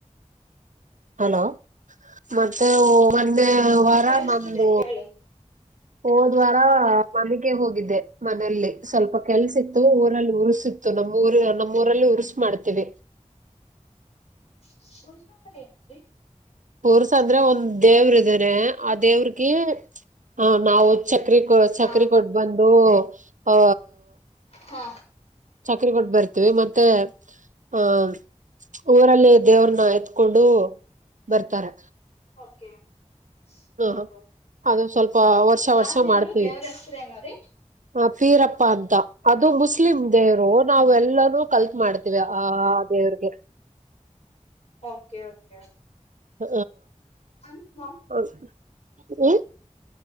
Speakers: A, on the right (about 80°); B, on the left (about 55°).
A: ಹಲೋ ಮತ್ತೆ ಮತ್ತೆ
B: ಹಾ
A: ವಾರ
B: ಕೇಳಿಸ್ತಿದೆ
A: ನಂದು
B: ಹೇಳಿ
A: ಹೋದ್ವಾರ ಮನೆಗೆ ಹೋಗಿದ್ದೆ ಮನೆಯಲ್ಲಿ ಸ್ವಲ್ಪ ಕೆಲ್ಸ ಇತ್ತು ಊರಲ್ಲಿ ಊರು ಉಸಿತ್ತು ನಮ್ಮ್ಊರ ನಮ್ಮ ಊರಲ್ಲಿ ಉರ್ರಿಸ್ ಮಾಡ್ತೀವಿ
B: <unintelligible>
A: ಉರುಸು ಅಂದ್ರೆ ಒಂದ್ ದೇವ್ರ ಇದ್ದಾರೆ ಆ ದೇವ್ರಗ ಆ ನಾವವು ಚಕ್ರ ಕೊ
B: ಹ
A: ಚಕ್ರ ಕೊಟ್ಟ ಬಂದು ಅ
B: ಹಾ
A: ಚಕ್ರ ಕೊಟ್ಟ ಬರ್ತೀವಿ ಮತ್ತೆ ಆಹ ಊರಲ್ಲಿ ದೇವ್ರನ್ನ ಎತ್ಕೊಂಡು ಬರ್ತಾರೆ
B: ಓಕೆ ಮಾಮ್ ಹಓ
A: ಹ
B: ಹೋ
A: ಅದು ಸ್ವಲ್ಪ ವರ್ಷ
B: ಯಾವ
A: ವರ್ಷ
B: ದೇವರು
A: ಮಾಡ್ತೀವಿ
B: ದೇವ್ರ ಹೆಸರು ಏನೋ್ರೀ
A: ಆ ಪೀರಪ್ಪ ಅಂತ ಅದು ಮುಸ್ಲಿಮ ದೇವರು ನಾವ ಎಲ್ಲಾನೂ ಕಲ್ತ್ ಮಾಡ್ತೀವಿ ಆ ದೇವ್ರಿಗೆ
B: ಓಕೆ ಓಕೆ
A: ಹ
B: ಅಂದ್ರೆ
A: ಹಾ ಹ